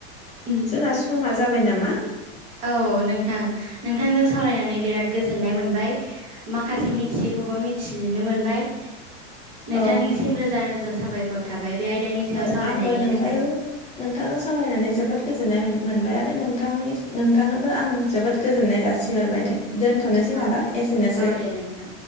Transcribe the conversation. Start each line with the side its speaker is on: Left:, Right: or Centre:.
Right: उम
Left: जोंना समा जाबाय नामा
Right: औ नोंथां नोंथांजों सावरायनानै बिराद गोजोननाय मोनबाय माखासे मिथि बे खौबो मिथिनो मोनबाय
Left: औ
Right: नोंथांनिसिम
Left: औ
Right: रोजा रोजा साबायखर थाबाय बे आयदानि सायाव
Left: औ
Right: सावरायनायनि
Left: आंबो नोंथांजों
Right: थाखाय
Left: नोंथांजों सावरायनानै जोबोद गोजोननाय मोनबाय आरो नोंथांनि नोंथांनोबो आं जोबोद गोजोननाय जासिहरबाय दे दोनथ'नोसै
Right: औ
Left: नाबा एसेनोसै
Right: औ दे नोंथां